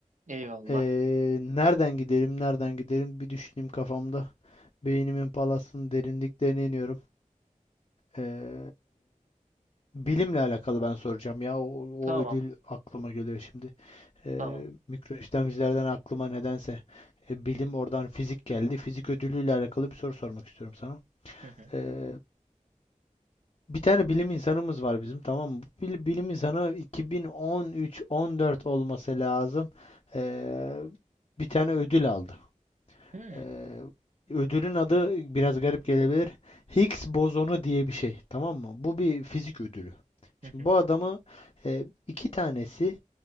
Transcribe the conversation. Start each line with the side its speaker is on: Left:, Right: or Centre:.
Right: Eyvallah.
Left: E, nereden gidelim, nereden gidelim bir düşüneyim kafamda. Beynimin palasının derinliklerine iniyorum. Ee, Bilimle alakalı ben soracağım ya. O,
Right: Tamam.
Left: o ödül aklıma geliyor şimdi. Ee,
Right: Tamam.
Left: mikro işlemcilerden aklıma nedense e, bilim oradan fizik geldi. Fizik ödülüyle alakalı bir soru sormak istiyorum sana.
Right: Hı hı.
Left: Ee, bir tane bilim insanımız var bizim tamam mı? Bu bil- bilim insanı 2013-14 olması lazım. Ee, bir tane ödül aldı.
Right: Hı hı.
Left: Eee, ödülün adı biraz garip gelebilir. Higgs bozonu diye bir şey. Tamam mı? Bu bir fizik ödülü. Şimdi
Right: Hı hı.
Left: bu adamı eee, iki tanesi